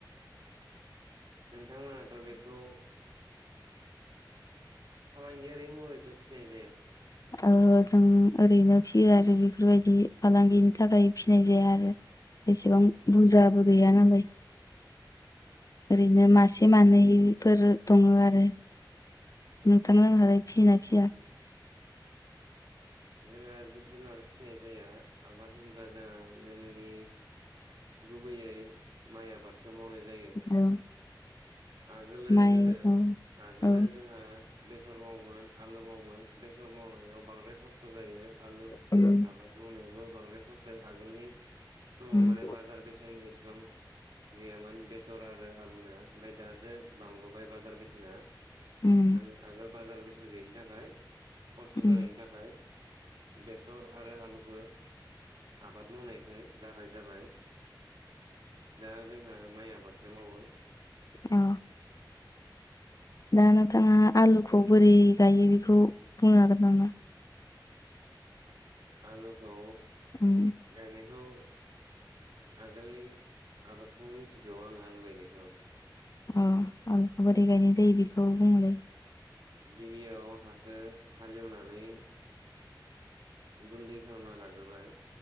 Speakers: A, on the right; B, on the left.
A: नोंथांमोनाथ' बेखौ फालांगियारि महरैथ' फिनाय जाया?
B: ओ जों ओरैनो फियो आरो बेफोरबायदि फालांगिनि थाखाय फिनाय जाया आरो। बेसेबां बुरजाबो गैया नालाय। ओरैनो मासे मानैफोर दङो आरो। नोंथां मोनहालाय फियो ना फिया?
A: जोंहा जिब जुनार फिसिनाय जाया आबाद होनब्ला जोंहा मेनलि गुबैयै माइ आबादखौ मावनाय जायो।
B: औ
A: आगोलो
B: माइ
A: गोदो
B: औ
A: आगोलो
B: औ
A: जोंहा बेसर मावोमोन। आलु मावोन बेसर मावनायाव बांद्राय खस्थ' जायो आलु
B: उम
A: आबाद मावनायावबो बांद्राय खरसाय आगोलनि समाव
B: उम
A: माने बाजार बेसेन इसिबां गैयामोन बेसर आरो आलुना। ओमफ्राय दासो बांबोबाय बाजार बेसेना
B: उम
A: माने आगोल बाजार बेसेन गैयिनि थाखाय खस्थ'
B: उम
A: जानायनि थाखाय बेसर आरो आलुखौ आबाद मावनायखौ गारनाय जाबाय दा जोंहा माइ आबादखौ मावो।
B: औ। दा नोंथाङा आलुखौ बोरै गायो बेखौ बुंनो हागोन नामा?
A: आलुखौ
B: उम
A: गायनायखौ आगोलनि आदबखौ मिथिगौ आंङो आलु गायनायखौ।
B: अ- आलुखौ बोरै गायनाय जायो बेखौ बुङोलै
A: गिबियाव हाखो हालेवनानै गुन्दै खालामना लाग्रोबाय